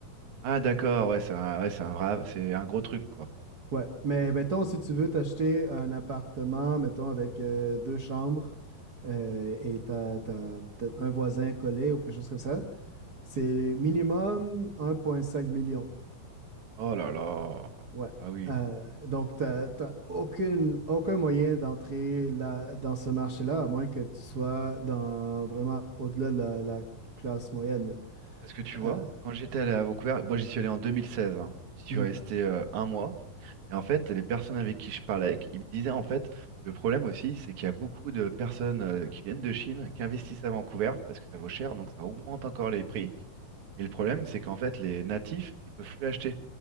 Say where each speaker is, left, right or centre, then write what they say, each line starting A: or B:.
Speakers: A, on the right (about 55°); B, on the right (about 75°).
A: Ah d'accord, ouais, c'est un, ouais, c'est un vrai, c'est un gros truc quoi.
B: Ouais, mais mettons, si tu veux t'acheter un appartement, mettons, avec euh, deux chambres euh, et t'as, t'as- t'as un voisin collé ou quelque chose comme ça, c'est minimum un virgule cinq million.
A: Oh là là.
B: Ouais.
A: Ah oui.
B: Euh, donc, t'as, t'as aucune, aucun moyen d'entrer là, dans ce marché-là, à moins que tu sois dans vraiment au-delà de la, la classe moyenne.
A: Parce que tu vois,
B: Euh,
A: quand j'étais allé à Vancouver, moi j'y suis allé en 2016, hein. J'y suis
B: mhm,
A: resté euh, un mois. Et en fait, les personnes avec qui je parlais, ils me disaient en fait, le problème aussi, c'est qu'il y a beaucoup de personnes euh, qui viennent de Chine, qui investissent à Vancouver, parce que ça vaut cher, donc ça augmente encore les prix. Et le problème, c'est qu'en fait, les natifs, ils peuvent plus acheter.